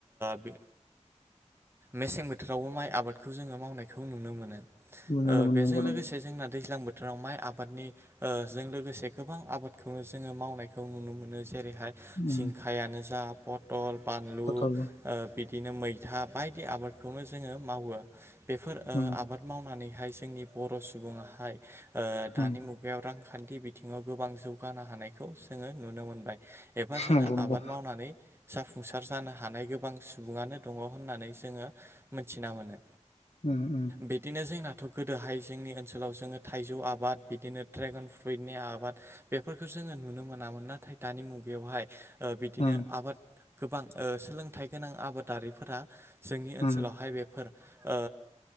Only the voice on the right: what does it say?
बे मेसें बोथोरावबो माइ आबादखौ जोङो मावनायखौ नुनो मोनो।
बेजों
लोगोसे जोंना दैज्लां बोथोराव माइ आबादनि जों लोगोसे गोबां आबादखौनो जोङो मावनायखौ नुनो मोनो। जेरै बेहाय
जिंखायानो जा पटल बानलु
ओ बिदिनो मैथा बायदि आबादखौनो जोङो मावो बेफोर ओ
आबाद मावनानै हाय जोंनि बर' सुबुङाहाय दानि
मुगायाव रां खान्थि बिथिङाव गोबां जौगानो हानायखौ जोङो नुनो मोनबाय एबा जोंना
आबाद मावनानै जाफुंसार जानो हानाय गोबां सुबुङानो दङ होननानै जोङो मोनथिना मोनो
बेदिनो जोंना थ' गोदोहाय जोंनि ओनसोलाव जोङो थाइजौ आबाद बिदिनो ड्रेगन फ्रुइटनि आबाद बेफोरखौ जोङो नुनो मोनामोन नाथाय दानि मुगायावहाय ओ बिदिनो
आबाद गोबां ओ सोलोंथाइ गोनां आबादारिफोरा जोंनि ओनसोलावहाय
बेफोर ओ